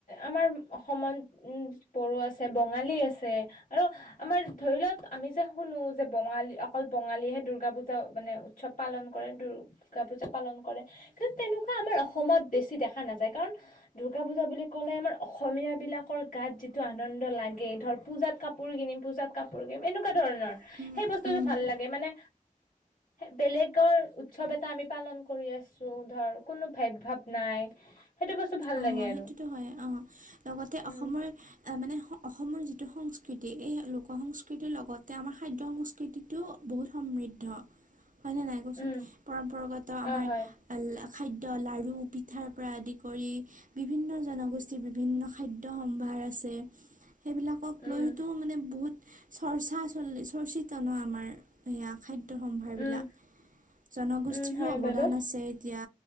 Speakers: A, on the left (about 60°); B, on the right (about 65°).
A: আমাৰ অসমত উম বড়ো আছে বঙালী আছে আৰু আমাৰ ধৰি লওঁক আমি যে শুনো যে বঙালী অকল বঙালীয়েহে দূৰ্গা পূজা মানে উৎসৱ পালন কৰে দুৰ্গা পূজা পালন কৰে কিন্তু তেনেকুৱা আমাৰ অসমত বেছি দেখা নাযায় কাৰণ দুৰ্গা পুজা বুলি ক'লে আমাৰ অসমীয়া বিলাক গাত যিটো আনন্দ লাগে ধৰ পূজাত কাপোৰ কিনিম পূজাত কাপোৰ কিনিম এনেকুৱা ধৰণৰ
B: অঁ
A: সেই বস্তুটো ভাল লাগে মানে বেলেগৰ উৎসৱ এটা আমি পালন কৰি আছো ধৰ কোনো ভেদ ভাৱ নাই সেইটো বস্তু ভাল
B: অঁ
A: লাগে আৰু
B: সেইটোতো হয় অঁ লগতে অসমৰ
A: উম
B: এ মানে অসমৰ যিটো সংস্কৃতি এই লোক সংস্কৃতিৰ লগতে আমাৰ খাদ্য সংস্কৃতিতটো বহুত সমৃদ্ধ। হয় ন নাই কচোন
A: উম,
B: পৰম্পৰাগত আমাৰ
A: অ, হয়।
B: খাদ্য লাৰু পিঠাৰ পৰা আদি কৰি বিভিন্ন জনগোষ্ঠীৰ বিভিন্ন খাদ্য সম্ভাৰ আছে। সেইবিলাকক
A: উম,
B: লৈতো মানে বহুত চৰ্চা চলি চৰ্চিত ন আমাৰ সেয়া খাদ্য সম্ভাৰবিলাক
A: উম,
B: জনগোষ্ঠীৰো
A: উম, হয়
B: অৱদান
A: বাৰু
B: আছে এতিয়া